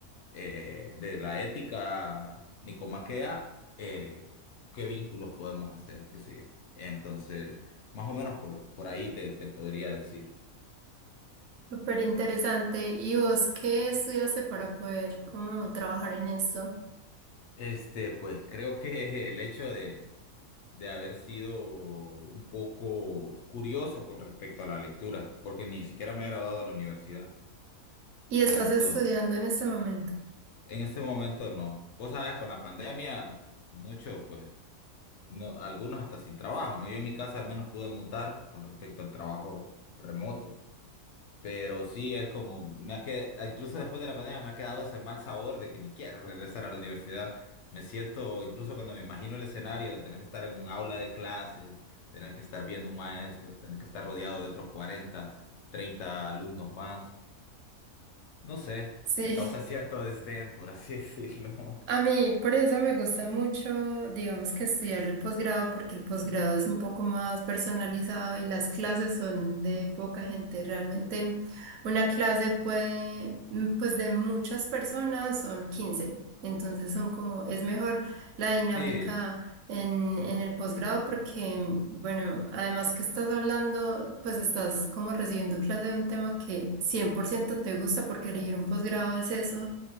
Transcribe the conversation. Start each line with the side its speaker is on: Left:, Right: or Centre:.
Left: eh, de la ética nicomaquea, eh, qué vínculos podemos hacer, qué sé yo. Entonces, más o menos por, por ahí te, te podría decir.
Right: Súper interesante. ¿Y vos qué estudiaste para poder como trabajar en eso?
Left: Este, pues creo que el hecho de, de haber sido un poco curioso con respecto a la lectura, porque ni siquiera me he graduado de la universidad.
Right: ¿Y estás
Left: entonces
Right: estudiando en este momento?
Left: En este momento no. Vos sabes, con la pandemia, muchos, pues, no, algunos hasta sin trabajo, ¿no? Yo en mi casa al menos pude mutar con respecto al trabajo remoto. Pero sí es como, me ha quedado, incluso después de la pandemia me ha quedado ese mal sabor de que ni quiero regresar a la universidad. Me siento, incluso cuando me imagino el escenario de tener que estar en un aula de clases, tener que estar viendo un maestro, tener que estar rodeado de otros 40, 30 alumnos más. No sé,
Right: Sí.
Left: me causa cierto desdén, por así decirlo.
Right: A mí, por eso me gusta mucho, digamos que estudiar el posgrado, porque el posgrado es un poco más personalizado y las clases son de poca gente. Realmente una clase puede, mm, pues de muchas personas son quince, Entonces son como, es mejor la dinámica
Left: <laughs> Sí,
Right: en, en el posgrado porque, mm, bueno, además que estás hablando, pues estás como recibiendo clase de un tema que 100% te gusta porque elegir un posgrado es eso